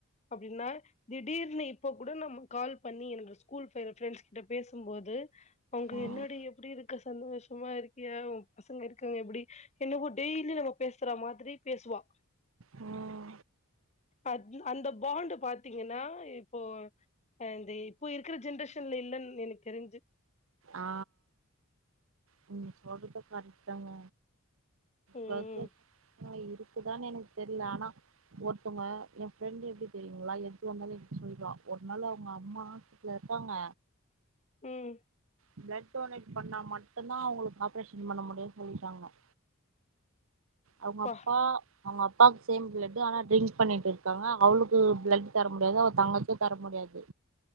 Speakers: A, on the left (about 30°); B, on the right (about 65°).
A: அப்டின்னா திடீர்னு இப்ப கூட நம்ம கால் பண்ணி என்னோட ஸ்கூல் பிர ஃபிரண்ட்ஸ் கிட்ட பேசும்போது அவுங்க
B: ம்
A: என்னாடி எப்டி இருக்க சந்தோஷமா இருக்கியா ஓ பசங்க இருக்காங்க எப்டி என்னவோ டெய்லி நம்ம பேசுற மாரி பேசுவா
B: ம்
A: அது அந்த பாண்டு பாத்தீங்கன்னா இப்போ ஆ இந்த இப்போ இருக்கற ஜென்ரேஷன்ல இல்லன்னு எனக்கு தெரிஞ்சி
B: ஆ நீங்க சொல்றது கரட்தாங்க
A: ம்
B: பசஸ் இருக்குதான்னு எனக்கு தெர்ல ஆனா ஒருத்தவங்க என் ஃபிரண்டு எப்டி தெரியுங்களா எது வந்தாலும் என்கிட்ட சொல்லிருவா ஒரு நாளு அவங்க அம்மா ட்ல இருக்காங்க
A: ம்
B: பிளட் டொனேட் பண்ணா மட்டுந்தா அவுங்களுக்கு ஆப்ரேஷன் பண்ண முடியுன்னு சொல்லிட்டாங்க அவுங்க
A: ப்பா
B: அப்பா அவுங்க அப்பாவுக்கு சேம் பிளடு் ஆனால் ட்ரிங்க்ஸ் பண்ணிட்டு இருக்காங்க அவளுக்கு பிளட் தர முடியாது அவ தங்கச்சியும் தர முடியாது